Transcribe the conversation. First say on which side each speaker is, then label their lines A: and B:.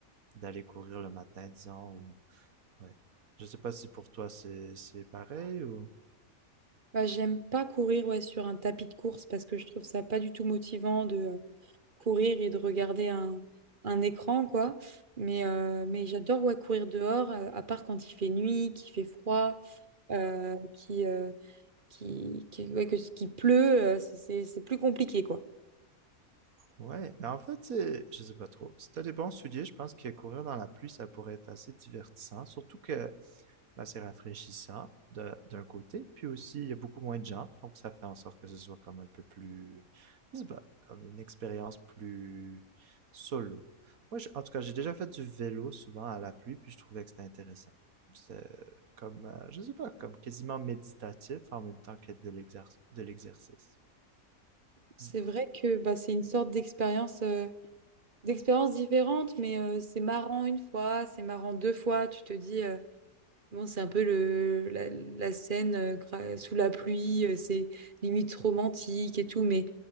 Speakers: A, on the right; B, on the right.
A: d'aller courir le matin, disons. ou- Ouais. Je sais pas si pour toi c'est c'est pareil ou.
B: Bah, j'aime pas courir ouais, sur un tapis de course parce que je trouve ça pas du tout motivant de euh, courir et de regarder un, un écran, quoi. Mais, euh, mais j'adore ouais, courir dehors, euh, à part quand il fait nuit, qu'il fait froid, euh, qui, euh, qui, qui, ouais, que, qu'il pleut, euh, c'est c'est- c'est plus compliqué, quoi.
A: Ouais, mais en fait, c'est- je sais pas trop. Si t'as des bons souliers, je pense que courir dans la pluie, ça pourrait être assez divertissant. Surtout que ben, c'est rafraîchissant d'un côté, puis aussi il y a beaucoup moins de gens, donc ça fait en sorte que ce soit comme un peu plus, je sais pas, comme une expérience plus solo. Moi, je- en tout cas, j'ai déjà fait du vélo souvent à la pluie, puis je trouvais que c'était intéressant. C'est comme, euh, je sais pas, comme quasiment méditatif en même temps qu'être de l'exerc- de l'exercice.
B: C'est
A: Mm.
B: vrai que bah, c'est une sorte d'expérience. euh, d'expériences différentes, mais euh, c'est marrant une fois, c'est marrant deux fois. Tu te dis, euh, bon, c'est un peu le, la, la scène euh, gra- sous la pluie, euh, c'est limite romantique et tout, mais